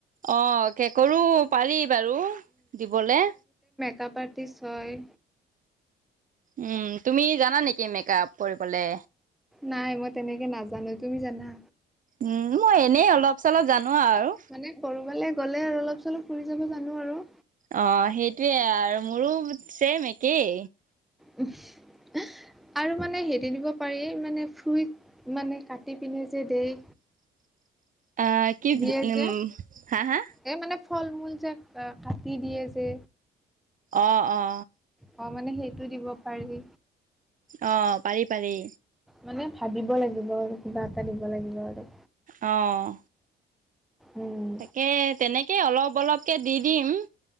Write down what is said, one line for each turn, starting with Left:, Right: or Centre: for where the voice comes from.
Right: অ কেকৰো পাৰি বাৰু দিবলে
Centre: কাপাৰটিছ হয়
Right: উম তুমি জানা নেকি মেক আপ কৰিবলে
Centre: নাই মই তেনেকে নাজানো তুমি জানা
Right: উম মই এনেই অলপ চলপ জানো আৰু।
Centre: মানে কৰবালৈ গ'লে আৰু অলপ চলপ ফুৰি যাব জানো আৰু
Right: অ', সেইটোৱে আৰু মোৰো ছেম একেই
Centre: উ আহ আৰু মানে হেৰি দিব পাৰি মানে ফ্ৰুইট, মানে কাটি পিনে যে দেই।
Right: <unintelligible> অ', কি
Centre: দিয়ে
Right: উম,
Centre: যে
Right: হা হা?
Centre: এই মানে ফল মূল যে কাটি দিয়ে যে
Right: অ অ
Centre: অ মানে সেইটো দিব পাৰি
Right: অ', পাৰি পাৰি
Centre: মানে ভাবিব লাগিব আৰু কিবা এটা দিব লাগিব আৰু
Right: অঁ
Centre: উম।
Right: তাকে তেনেকেই অলপ অলপকৈ দি দিম